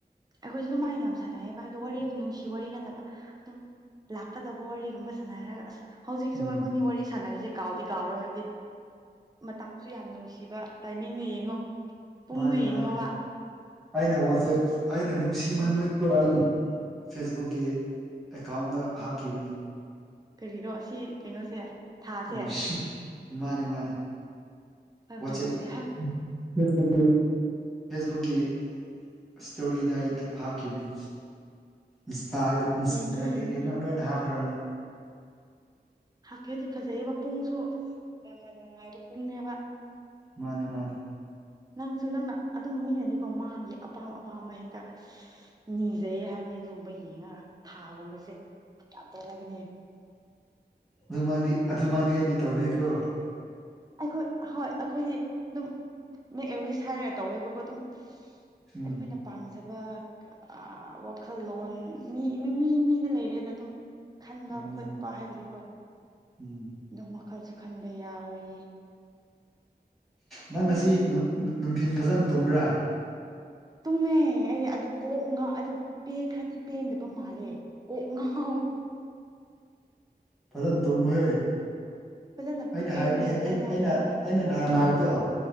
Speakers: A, on the right (about 25°); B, in the centre.
A: ꯑꯩꯈꯣꯏꯁꯨ ꯑꯗꯨꯝꯃꯥꯏ ꯌꯥꯝ ꯁꯥꯟꯅꯩꯌꯦꯕ ꯑꯗꯣ ꯋꯥꯔꯤ ꯍꯥꯏꯗꯤ ꯅꯨꯡꯁꯤ ꯋꯥꯔꯤ ꯅꯠꯇꯕ ꯑꯗꯨꯝ ꯂꯥꯛꯀꯗꯕ ꯋꯥꯔꯤꯒꯨꯝꯕ ꯁꯥꯟꯅꯥꯔꯒ ꯑꯁ ꯍꯧꯖꯤꯛꯁꯨ
B: ꯎꯝ
A: ꯑꯩꯈꯣꯏꯅꯤ ꯋꯥꯔꯤ ꯁꯥꯟꯅꯔꯤꯖꯦ ꯀꯥꯎꯗꯤ ꯀꯥꯎꯔꯔꯣꯏ ꯍꯥꯏꯕꯗꯤ ꯃꯇꯝꯁꯨ ꯌꯥꯝ ꯅꯨꯡꯁꯤꯕ ꯇꯥꯏꯃꯤꯡꯅꯦ ꯌꯦꯡꯉꯣ ꯄꯨꯡꯗꯣ
B: ꯃꯥꯅꯦ
A: ꯌꯦꯡꯉꯣꯕ
B: ꯃꯥꯅꯦ ꯑꯩꯅ ꯋꯥꯆꯦꯞ ꯑꯩꯅ ꯅꯨꯡꯁꯤꯃꯟꯕꯒꯤꯀꯣ ꯑꯩꯒꯤ ꯐꯦꯁꯕꯨꯛꯀꯤ ꯑꯦꯀꯥꯎꯟꯗ ꯍꯥꯞꯈꯤꯕꯅꯤ
A: ꯀꯔꯤꯔꯣ ꯑꯁꯤ ꯀꯩꯅꯣꯁꯦ ꯊꯥꯁꯦ
B: <unintelligible> ꯃꯥꯅꯦ ꯃꯥꯅꯦ
A: ꯍꯣꯏ
B: ꯋꯥꯆꯦꯞ
A: ꯐꯖꯩ
B: ꯐꯦꯁꯕꯨꯛꯀꯤ ꯐꯦꯁꯕꯨꯛꯀꯤ ꯏꯁꯇꯣꯔꯤꯗ ꯑꯩ ꯍꯥꯞꯈꯤꯕꯅꯤ ꯏꯟꯁꯇꯥꯒ ꯏꯟꯁꯇꯥꯒ
A: ꯌꯦꯡꯒꯦ
B: ꯀꯩ
A: ꯌꯦꯡꯒꯦ
B: ꯀꯩꯅꯣ ꯂꯣꯏꯅ ꯍꯥꯞꯈ꯭ꯔꯕꯅꯤ
A: ꯍꯥꯞꯀꯦꯗꯤ ꯐꯖꯩꯌꯦꯕ ꯄꯨꯡꯁꯨ ꯌꯥꯝꯅ ꯅꯨꯡꯉꯥꯏꯕ ꯄꯨꯡꯅꯦꯕ
B: ꯃꯥꯅꯦ ꯃꯥꯅꯦ
A: ꯅꯪꯁꯨ ꯅꯪꯅ ꯑꯗꯨꯝ ꯃꯤꯅꯗꯤꯀꯣ ꯃꯥꯒꯤ ꯑꯄꯥꯝ ꯑꯄꯥꯝꯕ ꯍꯦꯛꯇ ꯅꯤꯖꯩꯌꯦ ꯍꯥꯏꯕꯅꯦ ꯑꯗꯨꯒꯨꯝꯕ ꯌꯦꯡꯉꯒ ꯊꯥꯒꯨꯝꯕꯁꯦ ꯌꯥꯝ ꯇꯧꯅꯕꯅꯦ
B: ꯑꯗꯨꯃꯛꯗꯤ ꯑꯗꯨꯃꯛꯗꯤ ꯑꯩꯗꯤ ꯇꯧꯗꯦꯀꯣ
A: ꯑꯩꯈꯣꯏ ꯍꯣꯏ ꯑꯈꯣꯏꯗꯤ ꯑꯗꯨꯝ ꯃꯦꯛ ꯑꯦ ꯋꯤꯁ ꯍꯥꯏꯔ ꯇꯧꯋꯦꯕꯀꯣ ꯑꯗꯨꯝ
B: ꯎꯝ
A: ꯑꯩꯈꯣꯏꯅ ꯄꯥꯝꯖꯕ ꯑ ꯋꯥꯈꯜꯂꯣꯟ ꯃꯤ ꯃꯤ ꯃꯤ ꯃꯤꯗ ꯂꯩꯔꯦꯗ ꯑꯗꯨꯝ ꯈꯟꯕ
B: ꯃꯥꯅꯦ
A: ꯈꯣꯠꯄ
B: ꯃꯥꯅꯦ
A: ꯍꯥꯏꯕꯗꯤꯀꯣ
B: ꯎꯝ
A: ꯑꯗꯨꯝ ꯋꯈꯜꯁꯨ ꯈꯟꯕ ꯌꯥꯎꯏ ꯈꯪꯗꯦ
B: ꯅꯪ ꯉꯁꯤ ꯅꯨꯡ ꯅꯨ ꯅꯨꯡꯊꯤꯟ ꯐꯖꯟꯅ ꯇꯨꯝꯕ꯭ꯔꯥ
A: ꯇꯨꯝꯃꯦ ꯑꯩ ꯑꯗꯨ ꯀꯣꯛ ꯉ ꯑꯗꯨ ꯄꯦꯟ ꯈ꯭ꯔꯗꯤ ꯄꯦꯟꯗꯕ ꯃꯥꯜꯂꯦ ꯀꯣꯛ ꯉꯥꯎꯋꯦ
B: ꯐꯖꯅ ꯇꯨꯝꯃꯨꯍꯦ
A: ꯐꯖꯅ
B: ꯑꯩꯅ
A: ꯄꯦꯟꯗ꯭ꯔꯗꯤ
B: ꯍꯥꯏꯕꯅꯦ ꯑꯩ
A: ꯀꯣꯛ ꯉꯥꯎꯅꯦꯕ
B: ꯑꯩꯅ ꯑꯩꯅ ꯅꯍꯥꯟ ꯍꯥꯏꯕꯗꯣ